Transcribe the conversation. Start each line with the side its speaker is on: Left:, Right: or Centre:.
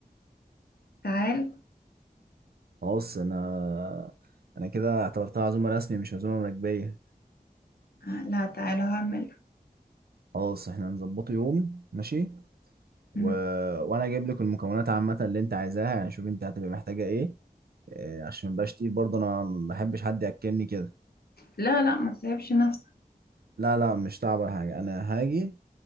Left: تعال
Right: خلاص انا انا كده اعتبرتها عزومه رسمي مش عزومه مراكبيه
Left: آه، لا تعال هعمل
Right: خلاص احنا هنظبطه يوم ماشي
Left: مم.
Right: و... وانا اجيب لك المكونات عامه اللي انت عايزاها يعني شوف انت هتبقى محتاجه ايه إيه، عشان مبقاش تقيل برضه انا ما بحبش حد ياكلني كده
Left: لا لا ما تسيبش نفسك
Right: لا لا مش تعب ولا حاجه انا هاجي